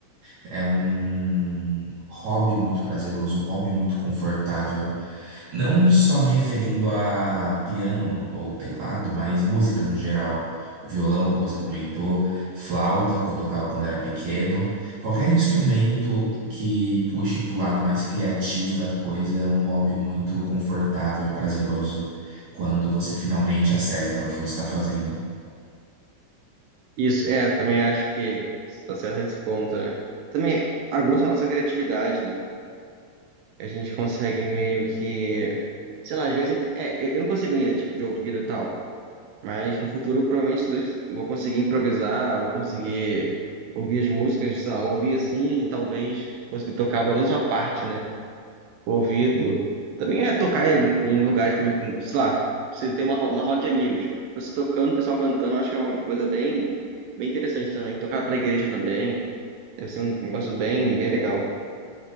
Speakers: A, on the right; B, on the right.
A: É um hobby muito prazeroso, um hobby muito confortável. Não só me referindo a piano ou teclado, mas música no geral. O violão que você comentou, flauta que eu tocava quando era pequeno. Qualquer instrumento que puxe pro lado mais criativo da coisa é um hobby muito confortável e prazeroso quando você finalmente acerta o que você está fazendo.
B: Isso, é, também acho que tá certo esse ponto, né? Também aguça a nossa criatividade, né? a gente consegue meio que, sei lá, às vezes, é, eu não consigo ainda, tipo, de ouvido e tal, mas no futuro, provavelmente, se Deus- eu vou conseguir improvisar, vou conseguir ouvir as músicas, sei lá, ouvir assim e talvez conseguir tocar pelo menos uma parte, né? O ouvido. Também é tocar em, em lugares também, com- sei lá, você tem uma, ro- uma roda de amigos, você tocando, o pessoal cantando, eu acho que é uma coisa bem, bem interessante também. Tocar pra igreja também, deve ser um negócio bem, bem legal.